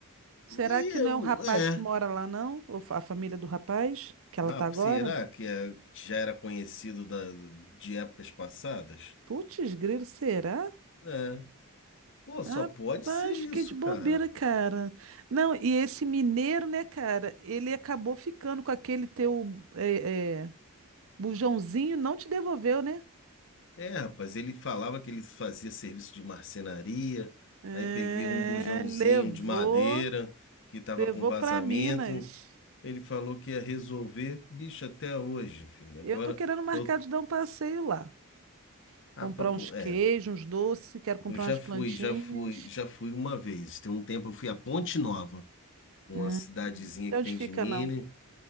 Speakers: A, on the right; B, on the left.
A: será
B: E
A: que não
B: eu,
A: é o rapaz
B: é.
A: que mora lá, não? Ou fa- a família do rapaz que ela
B: Ah,
A: tá agora?
B: será que, é, que já era conhecido da, de épocas passadas?
A: Putz, grilo, será?
B: É. Pô, só
A: Rapaz,
B: pode ser isso,
A: fiquei de bobeira,
B: cara.
A: cara. Não, e esse mineiro, né, cara? Ele acabou ficando com aquele teu é, é, bujãozinho, não te devolveu, né?
B: É, rapaz, ele falava que ele fazia serviço de marcenaria,
A: É,
B: aí peguei um bujãozinho
A: levou.
B: de madeira que tava
A: Levou
B: com vazamento.
A: para Minas.
B: Ele falou que ia resolver, bicho, até hoje, filho.
A: Eu
B: Agora
A: tô querendo marcar
B: eu,
A: de dar um passeio lá.
B: rapaz,
A: Comprar uns
B: bom,
A: queijos,
B: é,
A: uns doces, quero comprar
B: eu já
A: umas
B: fui,
A: plantinhas.
B: já fui, já fui uma vez. Tem um tempo eu fui a Ponte Nova, uma
A: Hum.
B: cidadezinha
A: Sei
B: que
A: onde
B: tem
A: fica,
B: de Minas.
A: não.